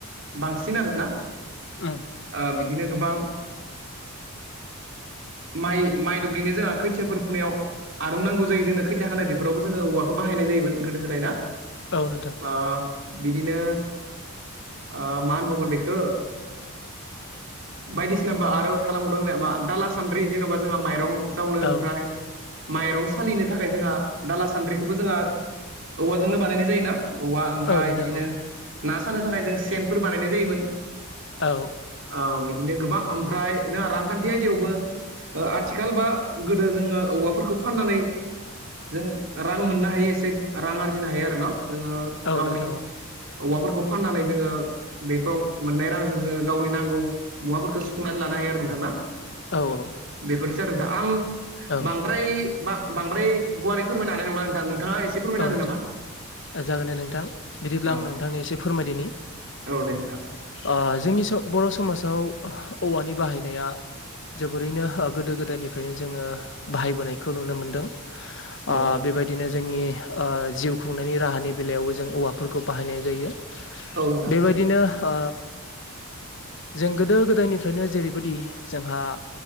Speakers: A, on the right (about 60°); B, on the left (about 55°).
A: बांसिन आरो ना
B: उम
A: ओ बिदिनो गोबां माइ माइ दुब्लिनो जोंहा खैथियाफोर फुनायाव आर' नांगौ जायो जोंनो खोथ थिया खानाय बेफोराव जोङो औवाखौ बाहायनाय जायोमोन गोदो गोदाय ना?
B: औ नोंथां
A: ओ बिदिनो आ मा होनबावगोन बेखौ बायदिसिनाबो आरो थालांबावदों होननाया दाला सान्द्रि जेन'बा जोंहा माइरं जावनो ओमफ्राय
B: औ
A: माइरं सालिनो थाखाय जोंहा दाला सान्द्रिखौबो जोंहा औवाजोंनो बानायनाय जायोना औवा ओमफ्राय
B: औ नोंथां
A: बिदिनो
B: औ
A: ना सानो थाखाय जों सेनफोर बानायनाय जायोमोन।
B: औ
A: औ बिदिनो गोबां ओमफ्राय जोंहा रांखान्थि आयदायावबो आथिखाल बा गोदो जोङो औवाफोरखौ फाननानै जों रां मोननो हायो एसे रां आरजिनो हायो आरो ना जोङो
B: औ
A: गावनि
B: नोंथां औ
A: औवाफोरखौ फाननानै जोङो बेफोराव मोननाय रांजों जोङो गावनि नांगौ मुवाफोरखौ सुफुंनानै लानो हायो आरो नोंथां ना।
B: औ औ
A: बेफोरनोसै आरो नोंथां आं
B: औ
A: बांद्राय बां-बांद्राय गुवारै फोरमायनो हानाय नंला नोंथां नोंथाङा एसे फोरमायना
B: औ
A: होदो
B: नोंथां
A: नामा
B: जागोन दे नोंथां बिदिब्ला
A: औ
B: आं नोंथांनि एसे फोरमायदिनि
A: औ दे नोंथां
B: ओ जोंनि बर' समाजाव औवानि बाहायनाया जोबोरैनो ओ गोदो गोदायनिफ्रायनो जोङो बाहायबोनायखौ नुनो मोनदों। ओ
A: औ
B: बेबायदिनो जोंनि ओ जिउ खुंनायनि राहानि बेलायावबो जों औवाफोरखौ बाहायनाय जायो
A: औ नोंथां
B: बेबायदिनो ओ जों गोदो गोदायनिफ्रायनो जेरैबायदि जोंहा